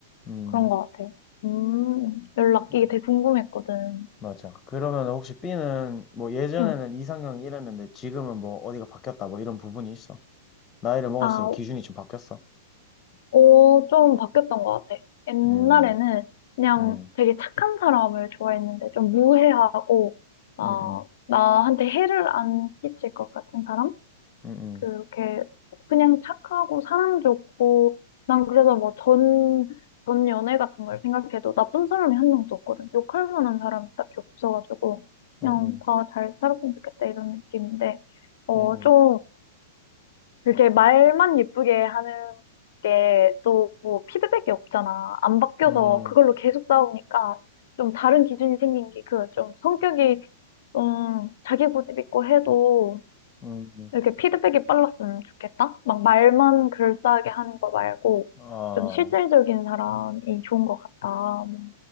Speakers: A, on the left; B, on the left.
A: 음,
B: 그런 것 같아. 음, 연락
A: 음,
B: 이게 되게 궁금했거든.
A: 맞아. 그러면 혹시 B는 뭐 예전에는
B: 응.
A: 이상형이 이랬는데 지금은 뭐 어디가 바뀌었다 뭐 이런 부분이 있어. 나이를 먹을수록
B: 아,
A: 기준이 좀 바뀌었어.
B: 어, 좀 바뀌었던 것 같아. 옛날에는
A: 음,
B: 그냥
A: 음,
B: 되게 착한 사람을 좋아했는데 좀 무해하고 아,
A: 음, 음,
B: 나한테 해를 안 끼칠 것 같은 사람?
A: 음,
B: 그렇게 그냥 착하고 사람 좋고 난 그래서 뭐 전, 전 연애 같은 걸 생각해도 나쁜 사람이 한 명도 없거든. 욕할 만한 사람이 딱히 없어가지고 그냥
A: 음, 음,
B: 다 잘 살았으면 좋겠다 이런 느낌인데 어,
A: 음,
B: 좀 그렇게 말만 예쁘게 하는 게 또 피드백이 없잖아. 안 바뀌어서
A: 음, 음,
B: 그걸로
A: 음,
B: 계속 싸우니까 좀 다른 기준이 생긴 게 그 좀 성격이 좀 자기 고집 있고 해도
A: 음, 음, 음,
B: 이렇게 피드백이 빨랐으면 좋겠다. 막 말만 글싸하게 하는 거 말고
A: 음,
B: 좀 실질적인 사람이 좋은 것 같다. 뭐